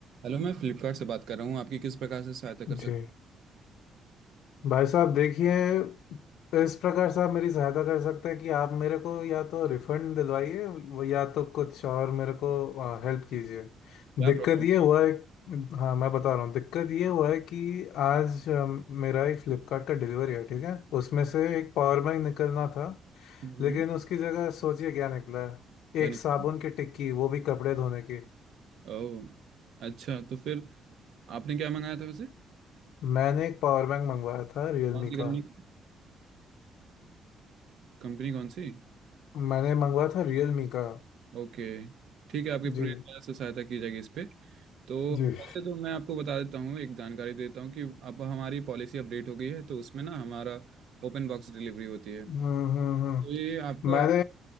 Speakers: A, on the right; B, on the left.
A: Hello मैं फ्लिपकार्ट से बात कर रहा हूँ आपकी किस प्रकार से सहायता कर
B: जी
A: सकता
B: भाई साहब देखिए इस प्रकार से आप मेरी सहायता कर सकते हैं कि आप मेरे को या तो रिफंड दिलवाइए वो या तो कुछ और मेरे को हेल्प कीजिए
A: क्या
B: दिक्कत
A: प्रॉब्लम
B: ये हुआ
A: है?
B: है हाँ मैं बता रहा हूँ दिक्कत ये हुआ है कि आज अ, मेरा एक फ्लिपकार्ट का डिलीवरी है ठीक है उसमें से एक पावर बैंक निकलना था
A: हम्म
B: लेकिन उसकी जगह सोचिए क्या निकला है
A: क्या
B: एक
A: निपटा
B: साबुन की टिक्की वो भी कपड़े धोने की
A: ओ अच्छा तो फिर आपने क्या मंगाया था वैसे
B: मैंने एक पावर बैंक मंगवाया था रियलमी
A: कौन सी
B: का
A: कंपनी कंपनी कौन सी
B: मैंने मंगवाया था रियलमी का
A: ओके ठीक है आपकी
B: जी
A: पूरी तरह से सहायता की जाएगी इस पे तो
B: जी
A: वैसे तो मैं आपको बता देता हूँ एक जानकारी देता हूँ कि अब हमारी पॉलिसी अपडेट हो गई है तो उसमें ना हमारा ओपन बॉक्स डिलीवरी होती है तो
B: हम्म हम्म हम्म।
A: ये आपका
B: मैंने